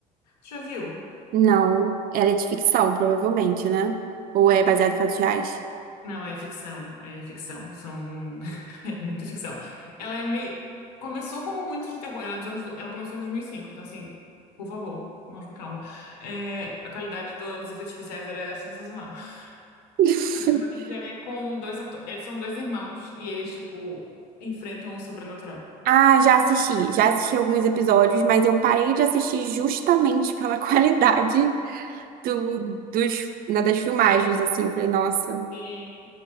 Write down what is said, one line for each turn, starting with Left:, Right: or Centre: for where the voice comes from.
Left: Tu já viu?
Right: Não, ela é de ficção, provavelmente, né? Ou é baseado em fatos reais?
Left: Não, é ficção, é ficção, são <laughs> é muita ficção. Ela é meio começou como muito de terror, ela, é dos anos... ela começou em 2005, então assim, por favor, vamos com calma. É, a qualidade do- dos efeitos especiais era sensacional.
Right: <laughs>
Left: <laughs> Mas é com dois ato- eles são dois irmãos e eles tipo enfrentam o sobrenatural.
Right: Ah, já assisti. Já assisti alguns episódios, mas eu parei de assistir justamente pela <laughs> qualidade do, dos, né, das filmagens, assim. Eu falei, nossa.
Left: E